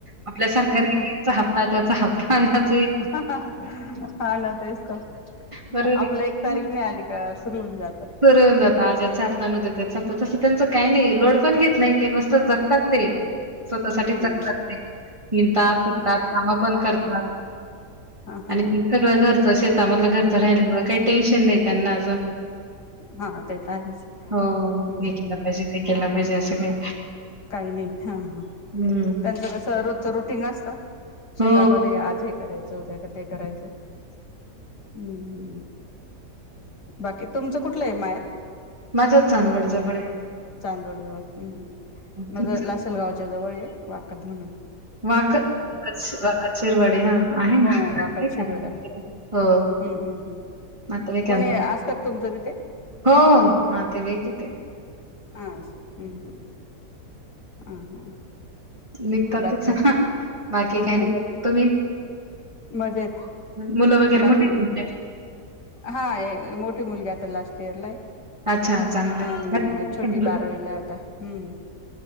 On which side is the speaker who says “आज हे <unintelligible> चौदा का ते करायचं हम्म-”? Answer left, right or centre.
Left